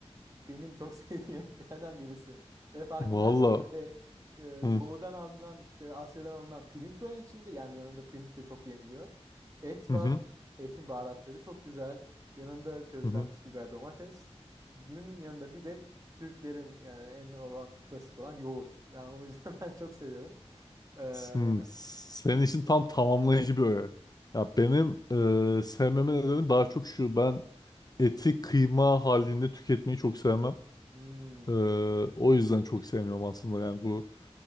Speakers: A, on the right; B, on the left.
A: benim çok <laughs> sevdiğim yemeklerden birisi. Ve farkındaysan
B: Valla.
A: böyle
B: Hmm.
A: e, doğudan alınan işte Asya'dan alınan pirinç var içinde. Yani yanında pirinç de çok yeniliyor. Et
B: Hı
A: var.
B: hı.
A: Etin baharatları çok güzel. Yanında közlenmiş
B: Hı hı.
A: biber domates. Bunun yanında bir de Türklerin yani en olan klasik olan yoğurt. Yani o yüzden <laughs> ben çok seviyorum. Ee,
B: Hmm. Senin için tam tamamlayıcı bir öğe. Ya benim e, sevmemin nedeni daha çok şu. Ben eti kıyma halinde tüketmeyi çok sevmem.
A: hmm,
B: E, o yüzden çok sevmiyorum aslında yani bu